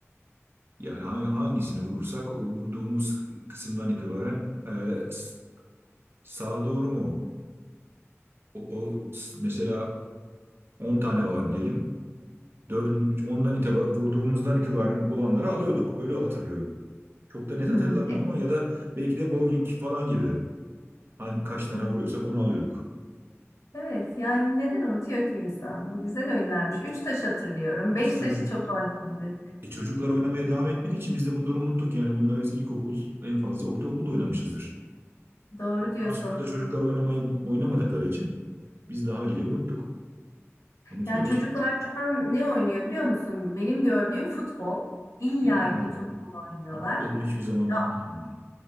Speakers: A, on the right; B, on the left.
A: Yani hangi- hangisini vurursak o vurduğumuz kısımdan itibaren e, s- sağa doğru mu? O, o s- mesela 10 tane var diyelim. 4, ondan itibaren vurduğumuzdan itibaren olanları alıyorduk. Öyle hatırlıyorum. Çok da net
B: Hmm,
A: hatırlamıyorum ama ya da belki de bowling falan gibi. Hani kaç tane
B: evet.
A: vuruyorsak onu alıyorduk.
B: Evet, yani neden unutuyor ki insan? Güzel oynarmış. Üç taş hatırlıyorum. Beş
A: E, çocuk,
B: taşı çok oynardık.
A: E çocuklar oynamaya devam etmediği için biz de bunları unuttuk. Yani bunları biz ilkokul en fazla ortaokulda oynamışızdır.
B: Doğru
A: Ondan
B: diyorsun.
A: sonra da çocuklar oynamayı oynamadıkları için biz de haliyle unuttuk. Unutuyoruz.
B: Yani çocuklar şu an ne oynuyor biliyor musun? Benim gördüğüm futbol. İlla
A: Yani,
B: ki
A: e,
B: futbol oynuyorlar.
A: futbol hiçbir zaman
B: Ya,
A: bitmiyor.